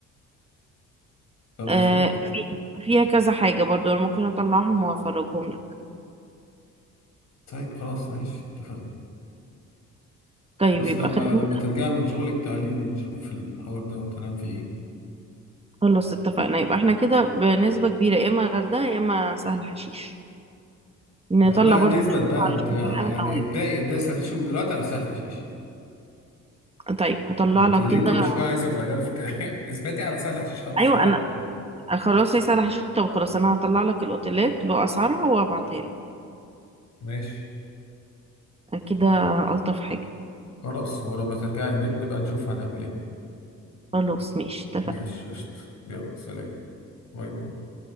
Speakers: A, on the left (about 65°); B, on the right (about 20°).
A: فاهم
B: آه،
A: قصدي؟
B: في- فيها كذا حاجة برضو أنا ممكن أطلعهم وأفرجهم لك
A: طيب خلاص ماشي اتفقنا
B: طيب
A: خلاص
B: يبقى
A: لما
B: خلينا
A: لما ترجع من شغلك تعالي ونشوف الحوار ده وتنام في إيه
B: خلاص اتفقنا يبقى احنا كده بنسبة كبيرة يا إما غردقة يا إما سهل حشيش نطلع
A: لا بقى
B: برضو
A: نثبت بقى أنت يع-
B: حاجة
A: يعني
B: طويلة
A: ابدأي ابدأي سرشي من دلوقتي على سهل حشيش
B: طيب هطلع
A: انت
B: لك
A: ليه
B: كده
A: كل شويه عايزه تغيري في الكلام <laughs> اثبتي على سلح خلاص
B: أيوة
A: ثبت
B: أنا خلاص هي سهل حشيش طب خلاص أنا هطلع لك الأوتيلات بأسعارها وأبعتها لك
A: ماشي
B: كده ألطف حاجة
A: خلاص ولما ترجعي البيت نبقى نشوف هنعمل ايه
B: خلاص ماشي اتفقنا
A: ماشي قشطة يلا سلام باي باي